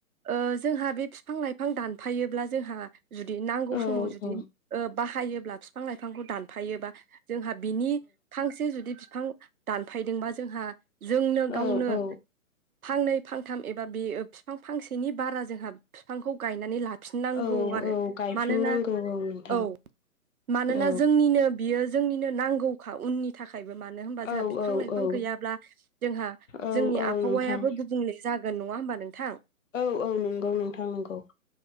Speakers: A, on the right; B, on the left.
A: ओ जोंहा बे बिफां लाइफां दानफायोब्ला जोंहा जुदि नांगौ
B: औ
A: समाव जुदि
B: औ
A: ओ बाहायोब्ला फिफां लाइफांखौ दान फायोबा जोंहा बिनि फांसे जुदि फिफां दानफायदोंबा जोंहा जोंनो
B: औ
A: गावनो
B: औ
A: फांनै फांथाम एबा बे बिफां फांसे सेनि बारा जोंहा फिफांखौ गायनानै ला फिननांगौ
B: औ
A: आरो
B: औ गायफिननांगौ
A: मानोना
B: नोंथां
A: औ मानोना
B: औ
A: जोंनिनो बियो जोंनिनो नांगौखा उननि थाखायबो मानो होनबा
B: औ
A: जोंहा बिफां
B: औ औ
A: लाइफां गैयाब्ला जोंहा
B: औ
A: जोंनि
B: औ
A: आबहावायाबो
B: नोंथां
A: गुबुंले जागोन नङा होमबा नोंथां।
B: औ-औ नंगौ नोंथां नंगौ।